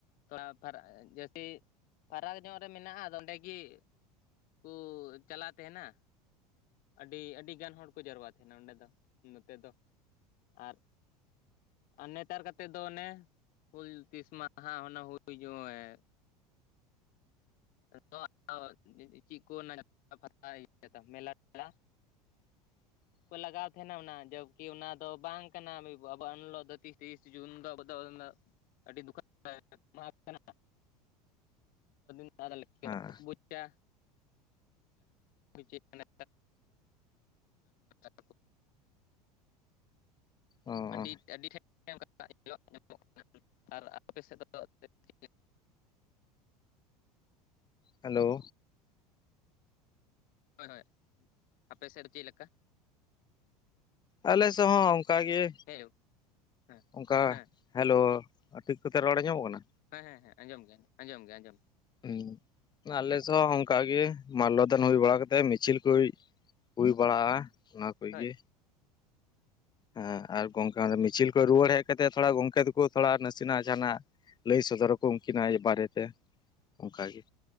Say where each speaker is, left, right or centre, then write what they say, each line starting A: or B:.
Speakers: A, on the left; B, on the left.
A: ᱛᱷᱚᱲᱟ ᱡᱟᱹᱥᱛᱤ <unintelligible> ᱯᱷᱟᱨᱟᱠ ᱧᱚᱜ ᱨᱮ ᱢᱮᱱᱟᱜᱼᱟ ᱟᱫᱚ ᱚᱸᱰᱮᱜᱤ ᱠᱩ ᱪᱟᱞᱟᱜ ᱛᱟᱦᱮᱱᱟ ᱟᱹᱰᱤ ᱟᱹᱰᱤ ᱜᱟᱱ ᱦᱚᱲ ᱠᱚ ᱡᱟᱣᱨᱟ ᱛᱟᱦᱮᱱᱟ ᱚᱸᱰᱮ ᱫᱚ ᱱᱚᱛᱮ ᱫᱚ ᱟᱨ ᱟᱨ ᱱᱮᱛᱟᱨ ᱠᱟᱛᱮᱫ ᱫᱚ ᱚᱱᱮ ᱦᱩᱞ ᱛᱤᱥ ᱢᱟᱦᱟ ᱚᱱᱮ ᱦᱩᱭ ᱡᱚᱦᱮ <unintelligible> ᱪᱮᱫ ᱠᱚ ᱚᱱᱟ <unintelligible> ᱢᱮᱞᱟ ᱴᱷᱮᱞᱟ
B: <inaudible>
A: ᱠᱚ ᱞᱟᱜᱟᱣ ᱛᱟᱦᱮᱱᱟ ᱚᱱᱟ ᱡᱚᱵᱠᱤ ᱚᱱᱟ ᱫᱚ ᱵᱟᱝ ᱠᱟᱱᱟ ᱟᱵᱚ ᱮᱱ ᱦᱤᱞᱳᱜ ᱫᱚ ᱛᱤᱥ ᱛᱤᱥ ᱡᱩᱱ ᱫᱚ <unintelligible> ᱟᱹᱰᱤ ᱫᱩᱠᱟᱱ <unintelligible> ᱠᱟᱱᱟ <unintelligible> <unintelligible> ᱚᱱᱟ <unintelligible>
B: ᱦᱮᱸ
A: ᱵᱟᱠᱚ ᱵᱩᱡᱟ ᱪᱮᱫ ᱠᱟᱱᱟ <unintelligible>
B: ᱚ
A: ᱟᱹᱰᱤ ᱟᱹᱰᱤ ᱴᱷᱮᱱ ᱚᱱᱠᱟ ᱧᱮᱞ ᱧᱟᱢᱚᱜ ᱠᱟᱱᱟ ᱟᱨ ᱟᱯᱮ ᱥᱮᱫ ᱫᱚ <unintelligible>
B: ᱦᱮᱞᱳ
A: ᱦᱳᱭ ᱦᱳᱭ ᱟᱯᱮ ᱥᱮᱫ ᱫᱚ ᱪᱮᱫ ᱞᱮᱠᱟ
B: ᱟᱞᱮ ᱥᱮᱫ ᱦᱚᱸ ᱚᱱᱠᱟᱜ ᱜᱮ
A: ᱦᱮᱞᱳ ᱦᱮᱸ
B: ᱚᱱᱠᱟ
A: ᱦᱮᱸ
B: ᱦᱮᱞᱳ ᱴᱷᱤᱠ ᱠᱚᱛᱮ ᱨᱚᱲ ᱟᱡᱚᱢᱚᱜ ᱠᱟᱱᱟ
A: ᱦᱮᱸ ᱦᱮᱸ ᱦᱮᱸ ᱟᱸᱡᱚᱢ ᱜᱮ ᱟᱸᱡᱚᱢ ᱜᱮ ᱟᱸᱡᱚᱢ
B: ᱦᱩᱸ ᱟᱞᱮ ᱥᱮᱫ ᱦᱚᱸ ᱚᱱᱠᱟ ᱜᱮ ᱢᱟᱞᱚ ᱫᱟᱱ ᱦᱩᱭ ᱵᱟᱲᱟ ᱠᱟᱛᱮᱫ ᱢᱤᱪᱷᱤᱞ ᱠᱩ ᱦᱩᱭ ᱦᱩᱭ ᱵᱟᱲᱟᱜᱼᱟ ᱚᱱᱟ ᱠᱚᱜ
A: ᱦᱳᱭ
B: ᱜᱮ ᱦᱮᱸ
A: ᱦᱳᱭ
B: ᱟᱨ ᱜᱚᱝᱠᱮ ᱚᱱᱮ ᱢᱤᱪᱷᱤᱞ ᱠᱚ ᱨᱩᱣᱟᱹᱲ ᱦᱮᱡ ᱠᱟᱛᱮ ᱛᱷᱚᱲᱟ ᱜᱚᱝᱠᱮ ᱛᱟᱠᱚ ᱛᱷᱚᱲᱟ ᱱᱟᱥᱮᱱᱟᱜ ᱡᱟᱦᱟᱱᱟᱜ ᱞᱟᱹᱭ ᱥᱚᱫᱚᱨ ᱟᱠᱚ ᱩᱱᱠᱤᱱᱟᱜ ᱮ ᱵᱟᱨᱮ ᱛᱮ ᱚᱱᱠᱟᱜ ᱜᱮ